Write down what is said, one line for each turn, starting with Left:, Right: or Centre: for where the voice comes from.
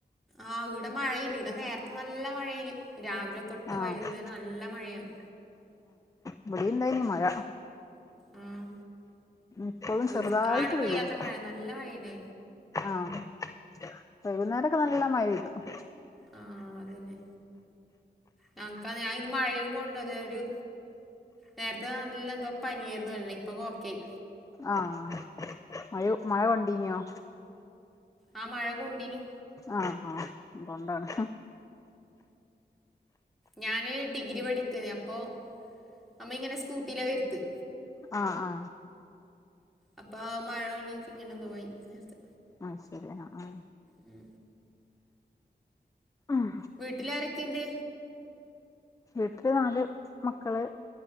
Centre: ആ ഇവിടെ മഴയില്ല ഇടെ നേരത്തെ നല്ല മഴേ നേരത്തെ രാവിലെ തൊട്ട്
Left: ആഹ്
Centre: വൈകുന്നേരം നല്ല മഴയാണ്
Left: ഇവിടെ എന്തായിനി മഴ
Centre: ഉം
Left: ഇപ്പോഴും
Centre: നിർത്താട്
Left: ചെറുതായിട്ട്
Centre: പെയ്യാത്ത
Left: പെയ്യ്ണ്ട്
Centre: മഴ നല്ല മഴനായിന്
Left: ആഹ് വൈകുന്നേരൊക്കെ നല്ല മഴ ഇടും
Centre: ആഹ് അതന്നെ ഞങ്ങക്ക് ഞാൻ ഇത് മഴയും കൊണ്ട അതരു നേരത്തെ നല്ല എന്തോ പനായിരുന്നു വല്ലേ ഇപ്പൊ ഓക്കെയി
Left: ആഹ മഴ മഴ കൊണ്ടീനോ
Centre: ആ മഴ കൊണ്ടീനി
Left: ആ ആ അപ്പൊണ്ടാണ്
Centre: ഞാന് ഡിഗ്രി പഠിക്കുന്ന അപ്പോ അമ്മ ഇങ്ങനെ സ്കൂട്ടിയില വരുത്ത
Left: ആ ആ
Centre: അപ്പൊ ആ മഴ കൊള്ളിട്ട് ഇങ്ങനെ എന്തതു പോയി നേരത്ത്
Left: ആ ശരി എന്ന ആ
Centre: ഉം
Left: മ്
Centre: വീട്ടിലാരൊക്കെയുണ്ട്
Left: വീട്ടില് നാല് മക്കള്